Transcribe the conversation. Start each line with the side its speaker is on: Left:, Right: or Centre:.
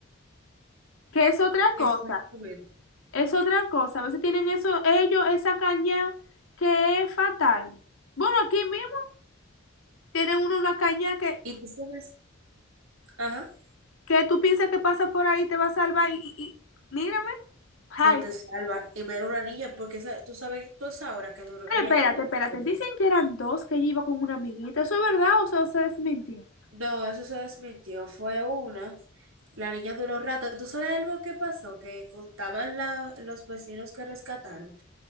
Left: que es otra
Right: Exactamente.
Left: cosa, es otra cosa. A veces tienen eso, ellos, esa caña que es fatal. Bueno, aquí mismo tienen uno una caña que,
Right: Y tú sabes, ajá.
Left: que tú piensas que pasa por ahí, te va a salvar y, y- y- mírame. Ay,
Right: No te salva. Y menos una niña, porque esa- tú sabes, tú esa hora que duró
Left: pero
Right: ya
Left: espérate,
Right: ahí muy
Left: espérate.
Right: fuerte.
Left: Dicen que eran dos que ella iba con una amiguita. ¿Eso es verdad o eso se desmintió?
Right: No, eso se desmintió. Fue una. La niña duró rato. ¿Tú sabes algo que pasó? Que contaban la- los vecinos que rescataron.